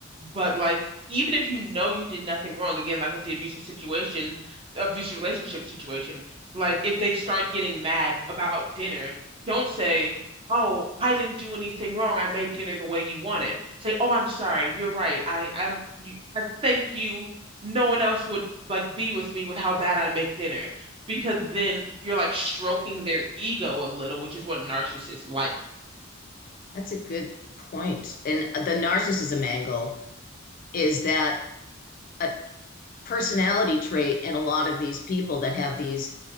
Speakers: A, on the right; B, on the left.
A: But like, even if you know you did nothing wrong, again, like with the abusive situation, abusive relationship situation like if they start getting mad about dinner, don't say, "Oh, I didn't do anything wrong. I made dinner the way you wanted." Say, "Oh, I'm sorry. You're right. I I'm you, I thank you. No one else would like be with me with how bad I make dinner." Because then you're like stroking their ego a little, which is what narcissists like.
B: That's a good point. And the narcissism angle is that a personality trait in a lot of these people that have these